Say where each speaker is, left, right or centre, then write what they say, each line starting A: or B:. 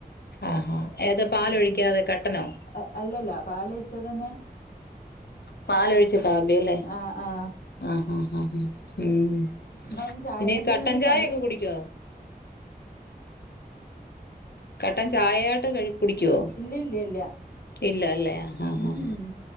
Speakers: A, on the left; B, on the left.
A: ആഹാ ഏത് പാലൊഴിക്കാതെ
B: ഉം
A: കട്ടനോ
B: അ അല്ലല്ല പാലൊഴിച്ചതെന്നെ
A: പാലൊഴിച്ച കാപ്പി അല്ലേ
B: ആഹ് ആഹ്
A: ആഹ് ആഹ് ആഹ് ഉം
B: നിങ്ങളെന്താ ചായക്കെന്താ
A: പിന്നെ ഈ കട്ടൻ
B: ഇങ്ങട്ട്
A: ചായ
B: കടി
A: ഒക്കെ കുടിക്കുവോ? കട്ടൻ ചായയായിട്ട് കഴി കുടിക്കുവോ
B: ഇല്ല ഇല്ല ഇല്ല
A: ഇല്ല അല്ലേ ആഹ്
B: ഉം
A: ആഹ്